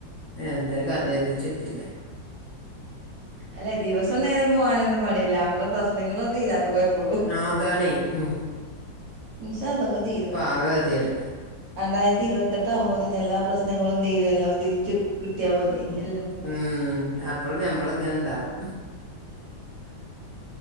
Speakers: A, on the left (about 55°); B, on the right (about 70°).
A: എന്തൊര് കഥേത് ഇച്ചുറ്റില്ല
B: അല്ലേ ദിവസം നേരം പോകാനൊന്നും പണില്ല നമ്മള് പ്രശ്നങ്ങള് തീരാത്ത കൊയപ്പൊള്ളൂ
A: ആതാണേ ഹും
B: ഇന്ഷാഅള്ളാ ഒക്കെ തീരും
A: ആകെ ഗതികേട്
B: രണ്ടായിരത്തി ഇരുപത്തെട്ട് ആവുമ്പത്തിന് എല്ലാ പ്രശ്നങ്ങളും തീരും എല്ലാം തിരിച്ചു കിട്ടിയാൽ മതിയെനു എല്ലും
A: ഉം അപ്പൊളും ഞമ്മളിങ്ങനെണ്ടാവും